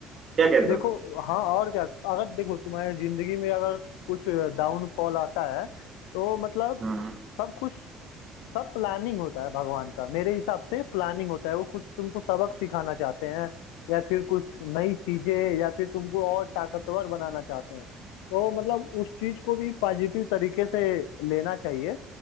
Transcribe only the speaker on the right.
क्या कहते
हो
हम्म